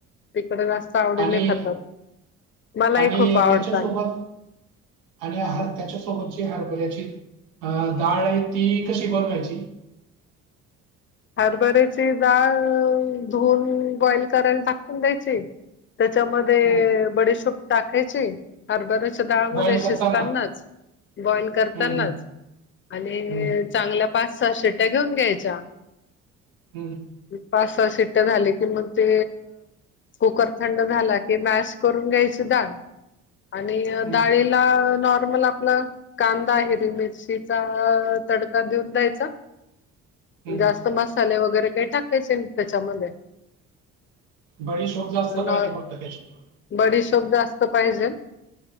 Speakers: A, on the left (about 35°); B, on the right (about 85°).
A: तिकडं जास्त आवडीने
B: आणि
A: खातात. मलाही
B: आणि
A: आवडत
B: त्याच्यासोबत
A: आणि
B: आणि हार त्याच्यासोबतची हरभऱ्याची अ डाळ आहे ती कशी बनवायची?
A: हरबरीची डाळ धुवून बॉइल करायला टाकून द्यायची. त्याच्यामध्ये
B: हं.
A: बडीशोप टाकायची. हरभऱ्याच्या डाळमध्ये
B: बॉईल करताना?
A: शिजतानाच, बॉईल करतानाच.
B: हं, हं,
A: आणि
B: हं,
A: चांगल्या पाच सहा शिट्या घेऊन घ्यायच्या.
B: हूं.
A: पाच सहा शिट्ट्या झाली कि मग ते कुकर थंड झाला कि मॅश करून घ्यायची डाळ, आणि
B: हं,
A: डाळीला नॉर्मल आपलं कांदा हिरवी मिरचीचा तडका देऊन द्यायचा.
B: हं.
A: जास्त मसाले वगैरे काही टाकायचे नाहित त्याच्यामध्ये.
B: बडीशोप जास्त पाहिजे
A: नॉ
B: फक्त त्याच्यात.
A: बडीशोप जास्त पाहिजेल,